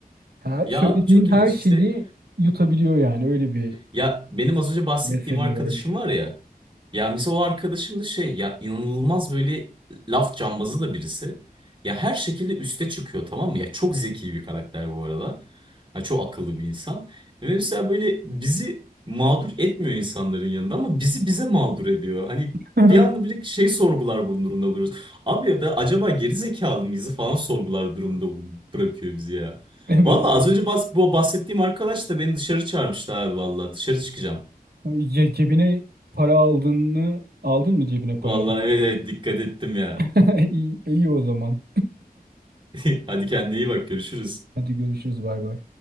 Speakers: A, on the right; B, on the right.
A: Her,
B: Ya
A: söylediğin
B: abi çok
A: her
B: ilginç
A: şeyi
B: işte
A: yutabiliyor yani. Öyle bir
B: Ya benim az önce bahsettiğim
A: mezhebi
B: arkadaşım
A: var.
B: var ya. Ya mesela o arkadaşım da şey ya inanılmaz böyle laf cambazı da birisi. Ya her şekilde üste çıkıyor tamam mı? Ya çok zeki bir karakter bu arada. Ya çok akıllı bir insan. Ve mesela böyle bizi mağdur etmiyor insanların yanında ama bizi bize mağdur ediyor. Hani
A: <laughs>
B: bir anda bile şey sorgular bunun durumda buluyoruz. Abi ya da acaba geri zekalı mıyız falan sorgular durumda bu- bırakıyor bizi ya.
A: Evet
B: Valla
A: evet.
B: az önce bas, bu bahsettiğim arkadaş da beni dışarı çağırmıştı abi valla. Dışarı çıkacağım.
A: Ay, Cebine para aldığını aldın mı cebine
B: Valla
A: para?
B: evet evet dikkat ettim ya.
A: <laughs> İyi, iyi o zaman.
B: <laughs> Hadi kendine iyi bak görüşürüz.
A: Hadi görüşürüz bay bay.